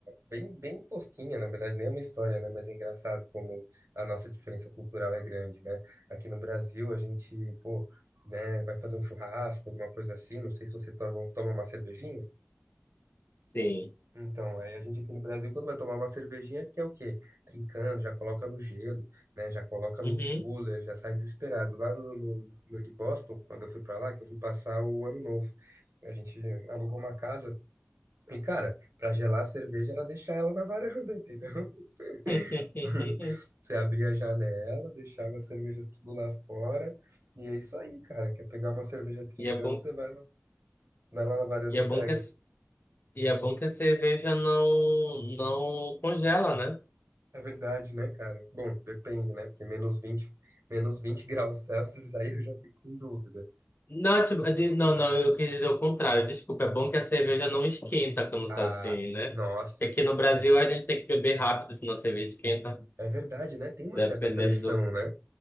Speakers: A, on the right (about 80°); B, on the left (about 50°).
A: bem, bem tosquinha, na verdade, nem é uma história, né? Mas é engraçado como a nossa diferença cultural é grande, né? Aqui no Brasil, a gente, pô, né, vai fazer um churrasco, alguma coisa assim, não sei se você toma, toma uma cervejinha.
B: Sim.
A: Então, aí a gente aqui no Brasil, quando vai tomar uma cervejinha, quer o quê? Trincando, já coloca no gelo, né? Já coloca
B: Uhum.
A: num cooler, já sai desesperado. Lá no, no- no- em Boston, quando eu fui pra lá, que eu fui passar o ano novo, a gente alugou uma casa e, cara, pra gelar a cerveja era deixar ela na varanda, entendeu?
B: <laughs>
A: <laughs> Você abria a janela, deixava as cervejas tudo lá fora. E é isso aí, cara. Quer pegar uma cerveja trincando,
B: E é bom,
A: você vai lá, vai lá na varanda
B: e
A: e
B: é
A: pega.
B: bom que é E é bom que a cerveja não, não congela, né?
A: É verdade, né, cara? Bom, depende, né? Porque menos 20, menos 20 graus Celsius, aí eu já fico em dúvida.
B: Não, tipo, de- não, não, eu quis dizer o contrário. Desculpa, é bom que a cerveja não esquenta quando
A: Ah,
B: tá assim, né?
A: nossa,
B: Porque
A: é perfeito.
B: aqui no Brasil a gente tem que beber rápido, senão a cerveja esquenta,
A: É verdade, né? Tem uma
B: dependendo
A: certa pressão,
B: do.
A: né?